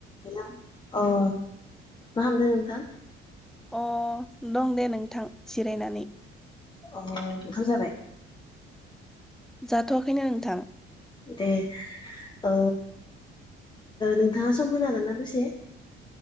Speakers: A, on the left; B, in the centre.
A: Hello औ। माहामदो नोंथां?
B: अ दं दे नोंथां जिरायनानै
A: अ ओंखाम जाबाय?
B: जाथवाखैनो नोंथां
A: दे ओ नोंथाङा सम होनो हागोन ना दसे?